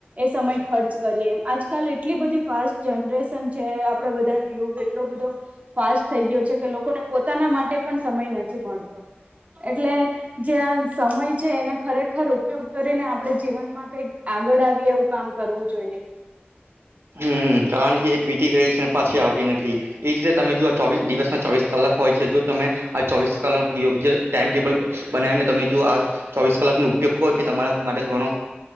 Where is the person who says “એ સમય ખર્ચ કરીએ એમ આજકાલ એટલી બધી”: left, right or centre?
Right